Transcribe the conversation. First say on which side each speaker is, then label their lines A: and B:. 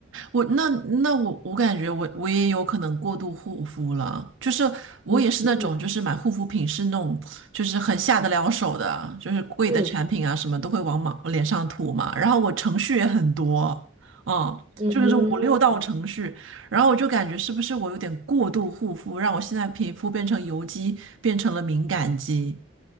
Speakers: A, on the right; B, on the right.
A: 我那那我我感觉我我也有可能过度护肤了，就是我也是那种就是买护肤品是那种就是很下得了手的，
B: 嗯
A: 就是贵的产品啊什么都会往嘛脸上涂嘛，
B: 嗯
A: 然后我程序也很多，嗯，
B: 嗯
A: 就是五六道程序，然后我就感觉是不是我有点过度护肤，让我现在皮肤变成油肌，变成了敏感肌。